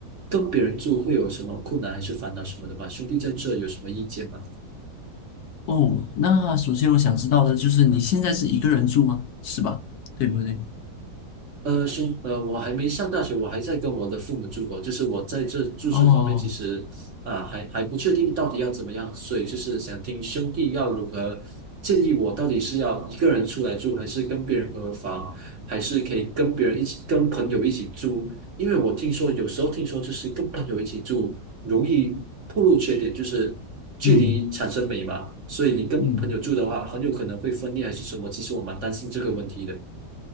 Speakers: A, on the right; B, on the left.
A: 跟别人住会有什么困难还是烦恼什么的吧？兄弟在这有什么意见吗？
B: 哦，那首先我想知道的就是你现在是一个人住吗？是吧？对不对？
A: 呃，兄，呃，我还没上大学，我还在跟我的父母住过。就是我在这住宿方面，
B: 哦，
A: 其实啊，还还不确定到底要怎么样，所以就是想听兄弟要如何建议我，到底是要一个人出来住，还是跟别人合房，还是可以跟别人一起，跟朋友一起住？因为我听说有时候听说就是跟朋友一起住容易暴露缺点，就是距离产生美嘛，
B: 嗯
A: 所以你跟朋友住的话，
B: 嗯，
A: 很有可能会分裂还是什么。其实我蛮担心这个问题的，